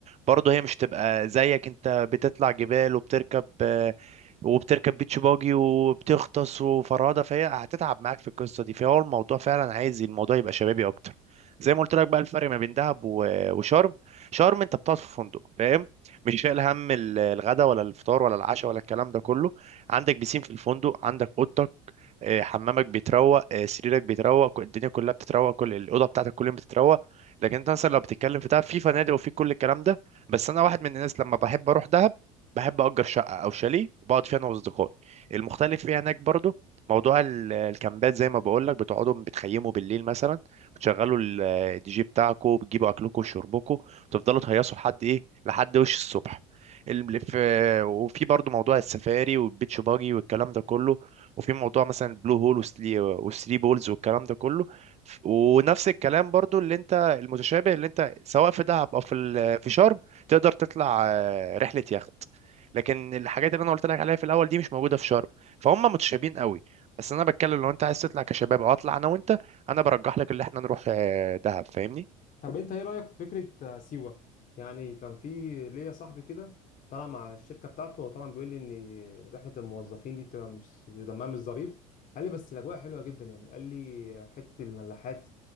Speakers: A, on the right; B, on the left.
A: برضه هي مش تبقى زيك انت بتطلع جبال وبتركب آه، وبتركب بيتش باجي وبتغطس وفرادة فهي هتتعب معاك في القصة دي فهو الموضوع فعلا عايز الموضوع يبقى شبابي أكتر زي ما قلت لك بقى الفرق ما بين دهب و- وشرم شرم أنت بتقعد في فندق فاهم مش شايل هم ال- الغدا ولا الفطار ولا العشاء ولا الكلام ده كله عندك بيسين في الفندق عندك أوضتك آه، حمامك بيتروق آه، سريرك بيتروق كل- الدنيا كلها بتتروق كل الاوضه بتاعتك كل يوم بتتروق لكن انت مثلا لو بتتكلم في دهب في فنادق وفي كل الكلام ده بس انا واحد من الناس لما بحب اروح دهب بحب اجر شقه او شاليه وبقعد فيها انا واصدقائي المختلف فيها هناك برضو موضوع ال- الكامبات زي ما بقول لك بتقعدوا بتخيموا بالليل مثلا بتشغلوا ال- الدي جي بتاعكم بتجيبوا اكلكم وشربكم وتفضلوا تهيصوا لحد ايه لحد وش الصبح ال- في- وفي برضو موضوع السفاري والبيتش باجي والكلام ده كله وفي موضوع مثلا البلو هول وثري وثري بولز والكلام ده كله ف- ونفس الكلام برضو اللي انت المتشابه اللي انت سواء في دهب او في ال- في شرم تقدر تطلع آه، رحله يخت لكن الحاجات اللي انا قلت لك عليها في الاول دي مش موجوده في شرم فهم متشابهين قوي بس انا بتكلم لو انت عايز تطلع كشباب او اطلع انا وانت انا برجح لك اللي احنا نروح آه، دهب فاهمني
B: طب انت ايه رأيك في فكرة آه، سيوة يعني كان في ليا صاحبي كده طلع مع الشركة بتاعته وطبعا بيقول لي ان رحلة الموظفين دي بتبقى مش مش دمها مش ظريف قال لي بس الاجواء حلوة جدا يعني قال لي حتة الملاحات